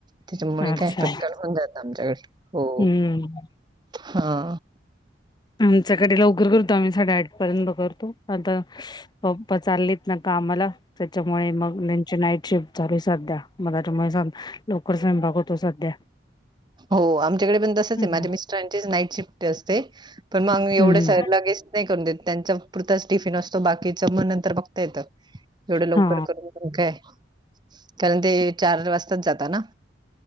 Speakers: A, on the right; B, on the left.
A: त्याच्यामुळे
B: अच्छा
A: काय पटकन होऊन जात आमच्याकडे हो
B: हम्म
A: हा.
B: आमच्याकडे लवकर आम्ही साठेआठ पर्यंत करतो आता पप्पा चाललेत ना कामाला त्याच्यामुळे मग त्यांची नाईट शिफ्ट सद्या <unintelligible> लवकर सांग बाबा सध्या
A: हो आमच्याकडे पण तसच
B: हम्म
A: आहे माझ्या मिस्टरांची नाईट शिफ्ट असते. पण मग एवढ्या
B: हम्म
A: सगळं लगेच नाही करून देत, त्यांच्या पुरताच टिफिन असतो बाकीचं मग नंतर बघता येत. एवढं लवकर
B: हा
A: करून काय, कारण ते चार वाजताच जाता ना.